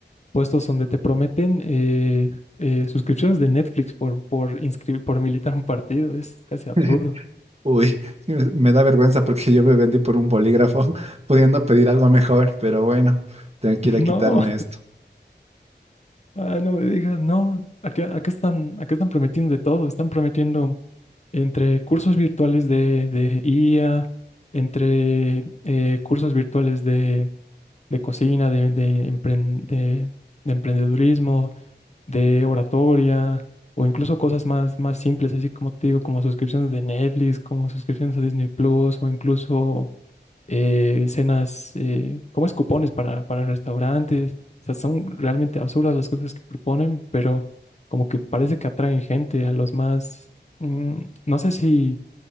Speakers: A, on the left; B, on the right.
A: puestos donde te prometen eh, eh, suscripciones de Netflix por, por, inscribir, por militar un partido. Es casi absurdo.
B: <laughs> Uy, me me da vergüenza porque yo me vendí por un bolígrafo <laughs> pudiendo pedir algo mejor, pero bueno, tengo que
A: <laughs>
B: ir a
A: No.
B: quitarme esto.
A: Ah, no me digas, no. Acá, acá están, acá están prometiendo de todo. Están prometiendo entre cursos virtuales de, de IA, entre eh, cursos virtuales de, de cocina, de, de, empren- de- de emprendedurismo, de oratoria, o incluso cosas más, más simples, así como te digo, como suscripciones de Netflix, como suscripciones a Disney Plus, o incluso eh, cenas, eh, como es cupones para, para restaurantes. O sea, son realmente absurdas las cosas que proponen, pero como que parece que atraen gente a los más, mm, no sé si,